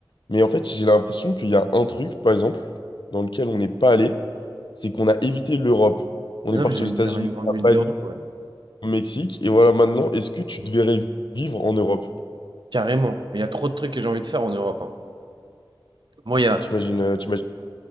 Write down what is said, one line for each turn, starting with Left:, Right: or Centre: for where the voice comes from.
Left: Mais en fait, j'ai l'impression qu'il y a un truc, par exemple, dans lequel on n'est pas allé, c'est qu'on a évité l'Europe. On
Right: Non,
Left: est parti
Right: mais j'allais
Left: aux États-Unis,
Right: dire une grande
Left: à
Right: ville
Left: Bali,
Right: d'Europe. ouais.
Left: au Mexique, et voilà, maintenant, est-ce que tu te verrais vivre en Europe?
Right: Carrément. Mais il y a trop de trucs que j'ai envie de faire en Europe. hein. Moi, il y a
Left: T'imagines, euh, t'imagines...